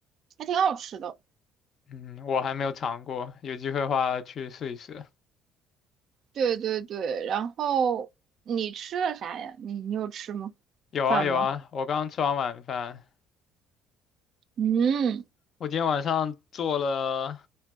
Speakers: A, on the right; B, on the left.
A: 还挺好吃的。
B: 嗯，我还没有尝过，有机会的话去试一试。
A: 对对对，然后你吃了啥呀？你你有吃吗？
B: 有啊有啊，
A: 饭吗？
B: 我刚刚吃完晚饭，
A: 嗯，
B: 我今天晚上做了